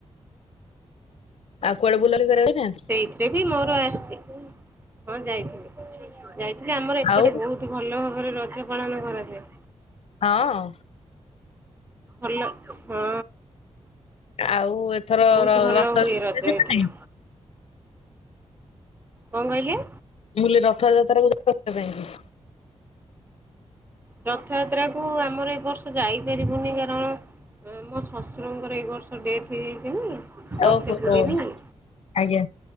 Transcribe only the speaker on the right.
ସେଇଥିରେ ବି ମୋର ଆସିଛି, ହଁ ଯାଇଥିଲି। ଯାଇଥିଲି ଆମର ଏପଟେ
ବହୁତ ଭଲ ଭାବରେ ରଜ ପାଳନ କରାଯାଏ।
ଭଲ, ହଁ।
ବହୁତ
ଭଲ ହୁଏ ରଜ
ଏଠି।
କଣ କହିଲେ?
ରଥଯାତ୍ରାକୁ ଆମର ଏ ବର୍ଷ ଯାଇପାରିବୁନି କାରଣ ହଁ ମୋ ଶଶୁରଙ୍କର ଏଇ ବର୍ଷ ଡେଥ୍ ହେଇଯାଇଛି ନା ବର୍ଷେ
ପୁରୀନି ହଁ